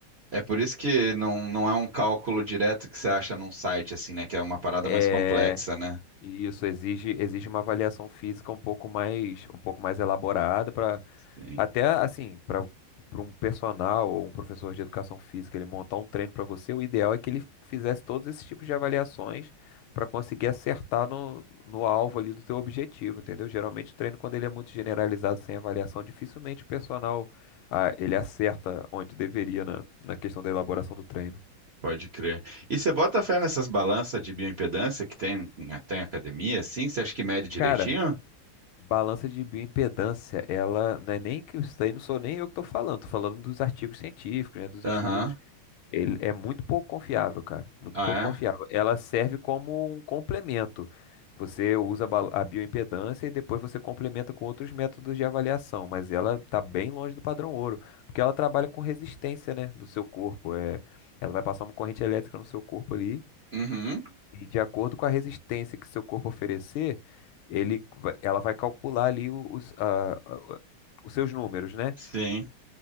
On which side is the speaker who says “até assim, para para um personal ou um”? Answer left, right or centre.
Left